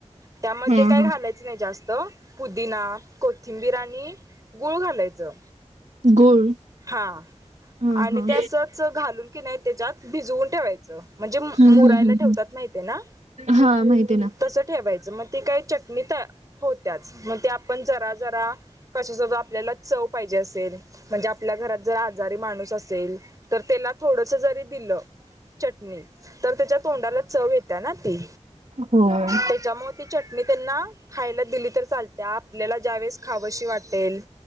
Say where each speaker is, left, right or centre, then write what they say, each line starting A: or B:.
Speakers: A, on the right (about 30°); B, on the right (about 70°).
A: त्यामध्ये
B: हां,
A: काय
B: हां.
A: घालायचं नाही जास्त पुदिना कोथिंबीर आणि गुळ घालायचं
B: गुळ
A: हां
B: हां,
A: आणि
B: हां.
A: ते असच घालून की नाही त्याच्यात भिजवून ठेवायचं म्हणजे
B: हं,
A: मुरायला
B: हं, हं,
A: ठेवतात
B: हं.
A: माहिती आहे हे ना
B: हां, माहिती आहे ना.
A: तस ठेवायचं मग ते काही चटणी तया होत्याच मग ते आपण जरा जरा कशासोबत आपल्याला चव पाहिजे असेल म्हणजे आपल्या घरात जर आजारी माणूस असेल तर त्याला थोडस जरी दिलं चटणी तर त्याच्या तोंडाला चव येत्या ना ती
B: होय.
A: त्याच्यामुळ ती चटणी त्यांना खायला दिली तर चालत्या आपल्याला ज्यावेळेस खावीशी वाटेल